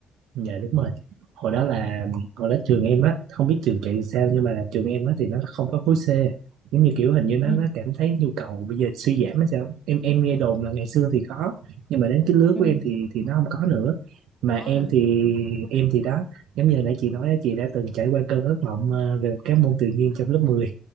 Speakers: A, on the right; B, on the left.
A: Dạ đúng rồi. Hồi đó là hồi đó trường em á, không biết trường chị sao nhưng mà trường em á thì nó không có khối C. Giống như kiểu hình như nó
B: Ừ.
A: nó cảm thấy nhu cầu bây giờ suy giảm hay sao. Em em nghe đồn là ngày xưa thì có nhưng mà đến cái lứa
B: Ừ.
A: của em thì thì nó không có nữa. Mà
B: Đó
A: em
B: à.
A: thì em thì đó, giống như hồi nãy chị nói á, chị đã từng trải qua cơn ác mộng ờ, về các môn tự nhiên trong lớp 10